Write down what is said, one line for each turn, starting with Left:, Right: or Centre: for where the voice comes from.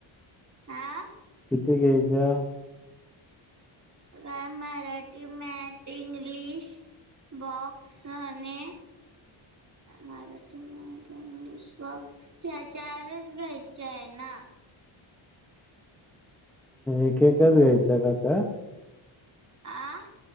Right: आं.
Centre: किती घ्यायच्या
Right: का मराठी, मॅथ, इंग्लिश बॉक्स आणि मराठी, मराठी, इंग्लिश, बॉक्स ह्या चारच घ्यायच्या आहे ना
Centre: एक एक च घ्यायच्या आता
Right: आं